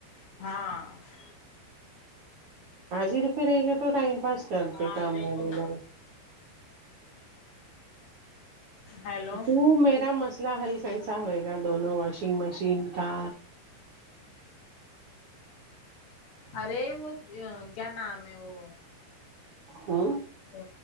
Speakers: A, on the left; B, on the right.
A: ہاں
B: حج روپی ہے گا تو ٹائم پاس کرتے
A: ہاں
B: کام
A: دیکھو
B: وال
A: نا
B: گا
A: ہیلو
B: تو میرا مسئلہ حل کیسا ہوئے گا دونوں واشنگ مشین کا
A: ارے وہ ا کیا نام ہے وہ
B: ہوں
A: ا